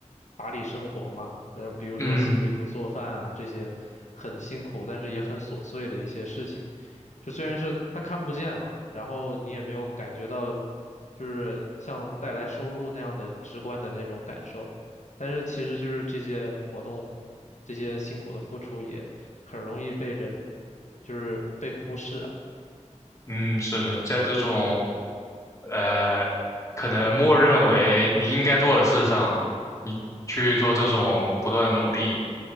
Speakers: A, on the left (about 70°); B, on the left (about 25°).
A: 打理生活嘛。呃，比如说洗衣服、
B: 嗯
A: 做饭啊，这些很辛苦，但是也很琐碎的一些事情。就虽然是他看不见嘛，然后你也没有感觉到，就是像带来收入那样的直观的那种感受。但是其实就是这些活动，这些辛苦的付出也。很容易被人就是被忽视，啊。
B: 嗯，是的，在这种呃，可能默认为你应该做的事上，你去做这种不断努力，